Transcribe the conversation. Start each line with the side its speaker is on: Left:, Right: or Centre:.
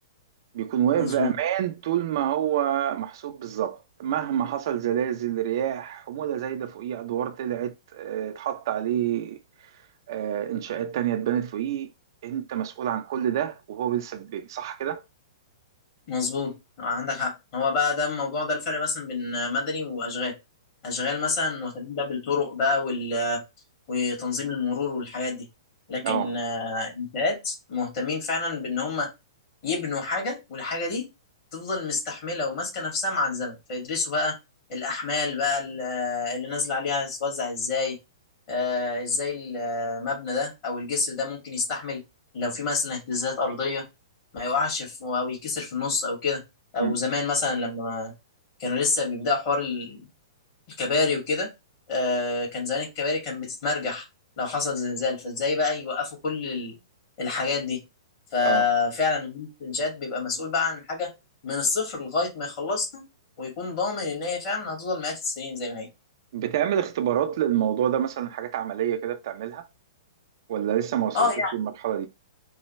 Right: بيكون واقف
Left: مظبوط
Right: بأمان طول ما هو محسوب بالظبط مهما حصل زلازل رياح حمولة زايدة فوقيه أدوار طلعت آه، اتحط عليه آه، إنشاءات تانية اتبنت فوقيه أنت مسؤول عن كل ده وهو لسه في البيت صح كده؟
Left: مظبوط عندك حق هو بقى ده الموضوع ده الفرق مثلا بين مدني واشغال اشغال مثلا مهتمين بقى بالطرق بقى وال... وتنظيم المرور والحاجات دي لكن
Right: اه
Left: آه، انشاءات مهتمين فعلا بان هم يبنوا حاجة والحاجة دي تفضل مستحملة وماسكة نفسها مع الزمن فيدرسوا بقى الأحمال بقى ال- اللي نازلة عليها هتتوزع ازاي آه ازاي المبنى ده أو الجسر ده ممكن يستحمل لو في مثلا اهتزازات أرضية ما يقعش في أو يكسر في النص أو كده أو
Right: مم.
Left: زمان مثلا لما كانوا لسه بيبدأوا حوار الكباري وكده آه، كان زمان الكباري كان بتتمرجح لو حصل زلزال فازاي بقى يوقفوا كل ال- الحاجات دي ففعلا
Right: اه
Left: مدير الانشاءات بيبقى مسؤول بقى عن حاجه من الصفر لغايه ما يخلصها ويكون ضامن ان هي فعلا هتفضل مئات السنين زي ما هي
Right: بتعمل اختبارات للموضوع ده مثلا حاجات عملية كده بتعملها ولا لسه ما وصلتوش
Left: اه يعني
Right: للمرحلة دي